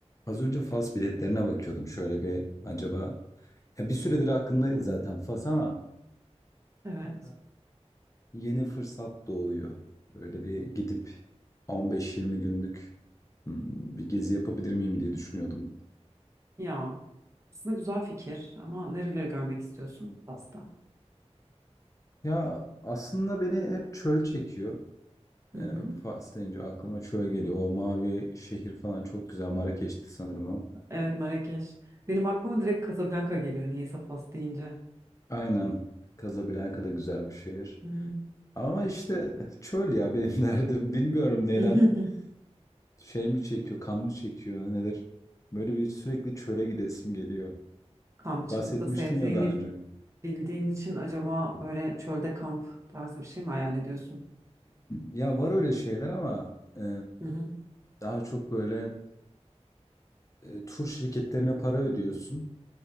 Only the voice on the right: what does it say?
Evet.
Ya aslında güzel fikir ama nereleri görmek istiyorsun Fas'ta?
Hı
hı.
Evet Marrakeş. Benim aklıma direkt Casablanca geliyor niyeyse Fas deyince.
Hı
hı. <laughs>
Kampçılıkta
sevdiğini
bildiğim için acaba böyle çölde kamp tarzı bir şey mi hayal ediyorsun?
Hı hı.